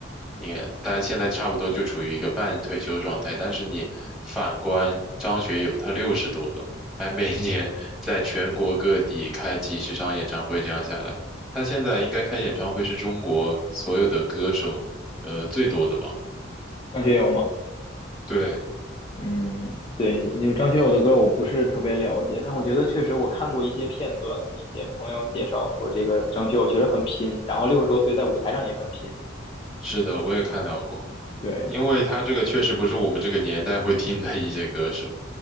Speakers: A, in the centre; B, on the left.
A: 你看，他现在差不多就处于一个半退休状态。但是你反观张学友，他六十多了，还每年 <laughs> 在全国各地开几十场演唱会，这样下来，他现在应该开演唱会是中国所有的歌手呃最多的吧？
B: 张学友吗？
A: 对，
B: 嗯，对，因为张学友的歌我不是特别了解，但我觉得确实我看过一些片段，一些朋友介绍说这个张学友确实很拼，然后六十多岁在舞台上也很拼。
A: 是的，我也看到过，
B: 对
A: 因为他这个确实不是我们这个年代会听的一些歌手。